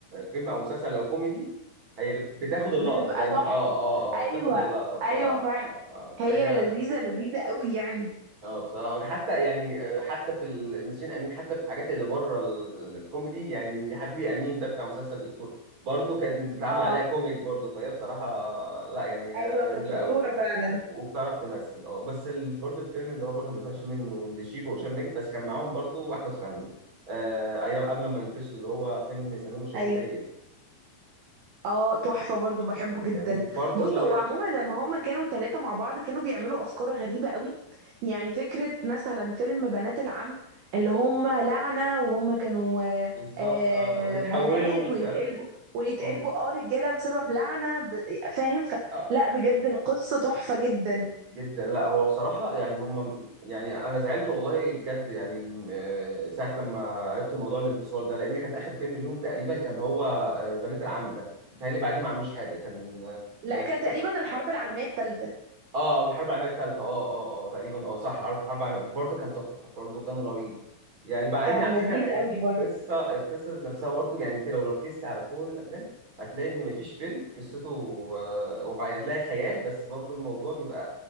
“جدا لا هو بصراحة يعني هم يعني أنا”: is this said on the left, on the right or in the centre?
Right